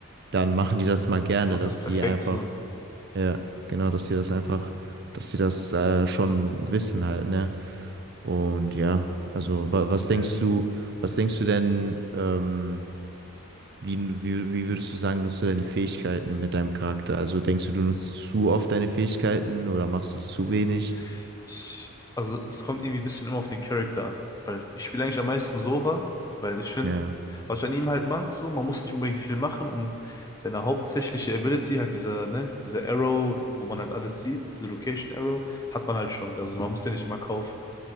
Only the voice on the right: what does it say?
dann machen die das mal gerne,
dass
die einfach,
ja, genau, dass die das einfach, dass die das äh, schon wissen halt, ne? Und ja, also wa was denkst
du, was denkst du denn, ähm, wie, wie, wie würdest du sagen, nutzt du deine Fähigkeiten mit deinem Charakter? Also denkst du, du nutzt zu oft deine Fähigkeiten oder machst es zu
wenig?
Ja.